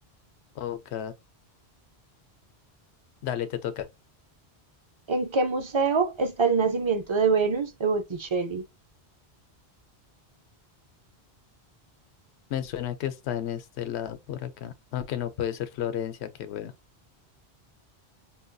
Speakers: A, on the left; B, on the right.
A: Ok. Dale, te toca.
B: ¿En qué museo está el nacimiento de Venus de Botticelli?
A: Me suena que está en este lado por acá. Aunque no puede ser Florencia, qué wea.